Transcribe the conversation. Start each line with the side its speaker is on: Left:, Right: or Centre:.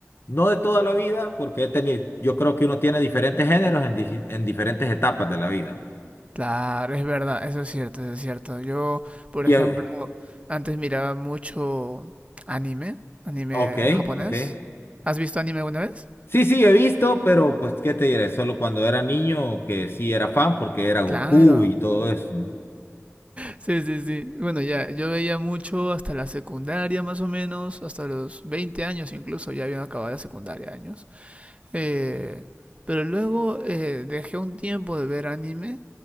Left: no de toda la vida, porque he tenido, yo creo que uno tiene diferentes géneros en, di- en diferentes etapas de la vida.
Right: Claro, es verdad, eso es cierto, eso es cierto. Yo, por
Left: Y,
Right: ejemplo,
Left: eh,
Right: antes miraba mucho anime, anime
Left: Ok,
Right: japonés.
Left: ok.
Right: ¿Has visto anime alguna vez?
Left: Sí, sí, he visto, pero pues, ¿qué te diré? Solo cuando era niño que sí era fan porque era Goku
Right: Claro.
Left: y todo eso, ¿no?
Right: Sí, sí, sí. Bueno, ya, yo veía mucho hasta la secundaria más o menos, hasta los 20 años incluso, ya habían acabado la secundaria años. Eh, pero luego eh, dejé un tiempo de ver anime,